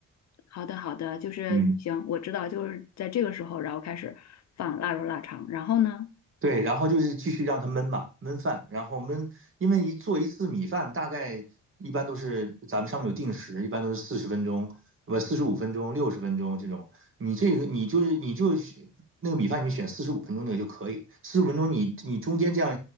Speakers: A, on the left; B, on the right.
A: 好的好的，就是行，
B: 嗯。
A: 我知道就是在这个时候，然后开始放腊肉腊肠，然后呢？
B: 对，然后就是继续让它焖嘛，焖饭，然后焖，因为一做一次米饭，大概一般都是咱们上面有定时，一般都是四十分钟，不四十五分钟、六十分钟这种。你这个你就是你就是那个米饭，你选四十五分钟那个就可以。四十五分钟你你中间这样，